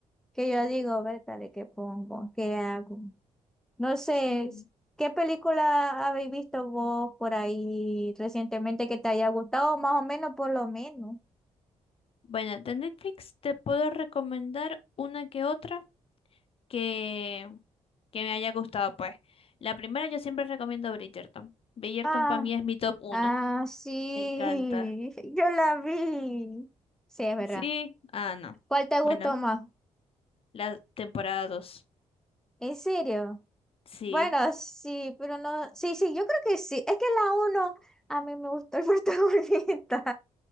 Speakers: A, in the centre; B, on the left.
A: que yo digo, ¿de ¿qué pongo? ¿Qué hago? No sé,
B: Sí.
A: s- ¿qué película habéis visto vos por ahí recientemente que te haya gustado? Más o menos, por lo menos.
B: Bueno, de Netflix te puedo recomendar una que otra que, que me haya gustado, pues. La primera yo siempre recomiendo Bridgerton. Bridgerton
A: Ah.
B: para mí es mi top uno.
A: Ah, sí,
B: Me encanta.
A: <laughs> yo la vi. Sí, es verdad.
B: Sí, ah, no.
A: ¿Cuál te gustó
B: Bueno,
A: más?
B: la temporada 2.
A: ¿En serio?
B: Sí.
A: Bueno, sí, pero no. Sí, sí, yo creo que sí. Es que la uno, a mí me gustó el <laughs> protagonista.